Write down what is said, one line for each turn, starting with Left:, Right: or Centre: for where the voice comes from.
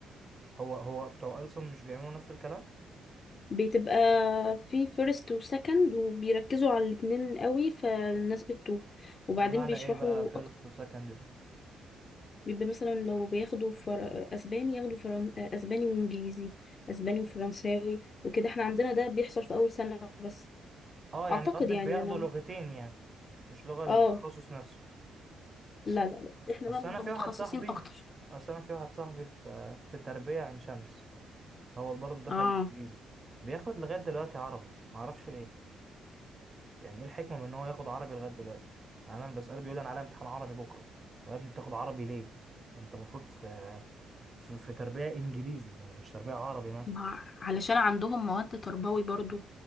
Right: هو هو بتوع ألسن مش بيعملوا نفس الكلام
Left: بتبقى في فيرست وسكند وبيركزوا على الاتنين قوي فالناس بتتوه وبعدين
Right: بمعنى
Left: بيشرحوا
Right: ايه بقى فيرست وسكند ده
Left: بيبقى مثلا لو بياخدوا فر... اسباني ياخدوا فرن... اسباني وانجليزي اسباني وفرنساوي وكده احنا عندنا ده بيحصل في اول سنة بس
Right: اه يعني
Left: اعتقد
Right: قصدك
Left: يعني
Right: بياخدوا
Left: انا
Right: لغتين يعني مش لغة التخصص
Left: اه
Right: نفسه
Left: لا لا لا احنا
Right: اصل
Left: بقى بنبقى
Right: انا في
Left: متخصصين
Right: واحد صاحبي
Left: اكتر
Right: اصل انا في واحد صاحبي في في تربية عين شمس هو برضه دخل
Left: اه
Right: انجليزي بياخد لغاية دلوقتي عربي معرفش ليه يعني ايه الحكمة من ان هو ياخد عربي لغاية دلوقتي يعني انا بسأله بيقول لي انا عليا امتحان عربي بكرة طب يا ابني بتاخد عربي ليه انت المفروض في في في تربية انجليزي يعني مش تربية عربي مثلا
Left: ما- علشان عندهم مواد تربوي برضو